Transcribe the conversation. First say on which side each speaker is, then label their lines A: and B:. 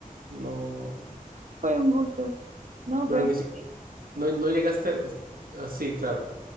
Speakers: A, on the right; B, on the right.
A: no,
B: Fue un gusto. Nos
A: pero
B: vemos.
A: ni siquiera,
B: ¿sí?
A: no, no llegaste. a- es- ah, sí, claro.